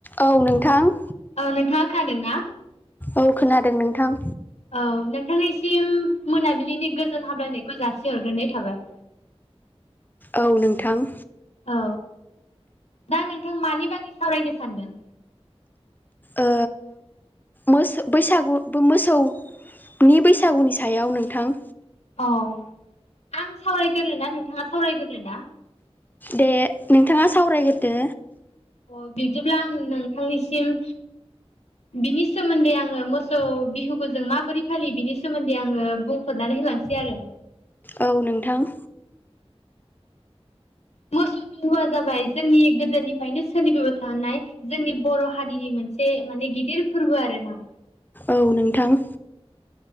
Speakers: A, on the left; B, on the left.
A: औ नोंथां।
B: औ नोंथाङा खोनादों ना?
A: औ खोनादों नोंथां।
B: औ नोंथांनिसिम मोनाबिलिनि गोजोन हामलायनायखौ जासि हरग्रोनाय थाबाय।
A: औ नोंथां।
B: औ, दा नोंथां मानि बागै सावरायनो सानदों?
A: ओ मोसो बैसागु बो मोसौ नि बैसागुनि सायाव नोंथां
B: अ आं सावरायग्रोनो नोंथाङा सावरायग्रोनो दा?
A: दे नोंथाङा सावरायग्रोदो।
B: अ बिदिब्ला आं नोंथांनिसिम बिनि सोमोन्दै आङो मोसौ बिहुखौ जों माबोरै फालियो बिनि सोमोन्दै आङो बुंफोरनानै होलांसै आरो।
A: औ नोंथां।
B: मोस बिहुआ जाबाय जोंनि गोदोनिफ्रायनो सोलिबोबाय थानाय जोंनि बर' हारिनि मोन से माने गिदिर फोरबो आरोना।
A: औ नोंथां।